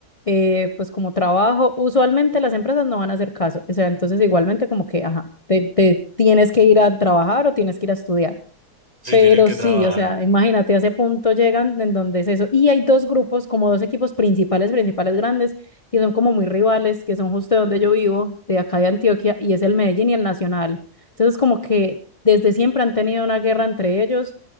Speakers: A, on the left (about 25°); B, on the right (about 25°).
A: eh, pues como trabajo. Usualmente las empresas no van a hacer caso, o sea, entonces igualmente como que, ajá, te, te tienes que ir a trabajar o tienes que ir a estudiar.
B: Si
A: Pero
B: tienes que
A: sí,
B: trabajar.
A: o sea, imagínate, a ese punto llegan en donde es eso. Y hay dos grupos, como dos equipos principales, principales grandes, que son como muy rivales, que son justo de donde yo vivo, de acá de Antioquia, y es el Medellín y el Nacional. Entonces, como que desde siempre han tenido una guerra entre ellos,